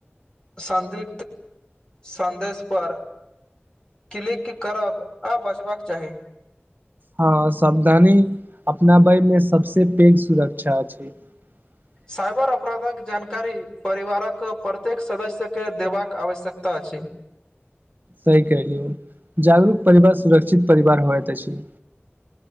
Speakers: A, on the left; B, on the right.
A: शांति संदेश पर क्लिक करब आ बचबाक चाही
B: हँ सावधानी अपनाबयमे सबसँ पैघ सुरक्षा छै <inaudible>
A: साइबर अपराधक जानकारी परिवारक प्रत्येक सदस्यके देबाक आवश्यकता अछि
B: सहि कहलियै जागरूक परिवार सुरक्षित परिवार होइत अछि